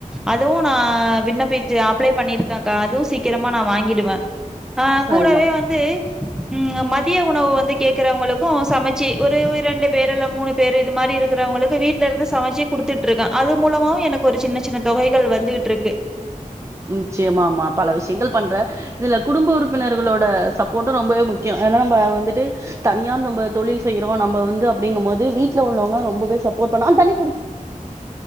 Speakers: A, in the centre; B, on the right (about 20°).
A: அதுவு நா விண்ணப்பிச்சு அப்ளை பண்ணிருக்கேன்க்கா அதுவும் சீக்கிரமா நா வாங்கிடுவே
B: சரிம்மா
A: கூடவே வந்து உம் ம திய உணவு வந்து கேக்குறவங்களுக்கு சமைச்சு ஒரு இரண்டு பேர் இல்ல மூணு பேர் இது மாதிரி இருக்கிறவங்களுக்கு வீட்டுல இருந்து சமைச்சு குடுத்துட்ருக்கே அது மூலமாவு எனக்கு ஒரு சின்ன சின்ன தொகைகள் வந்துட்டுருக்கு
B: நிச்சயமா ஆமா பல விஷயங்கள் பண்றே இதுல குடும்ப உறுப்பினர்களோட சப்போர்ட்டு ரொம்பவே முக்கியம் ஏன்னா நம்ம வந்துட்டு தனியா நம்ப தொழில் செய்யறோ நம்ப வந்து அப்படிங்குபோது வீட்டுல உள்ளவங்க ரொம்பவே சப்போர்ட் பண்ண தண்ணி குடிக்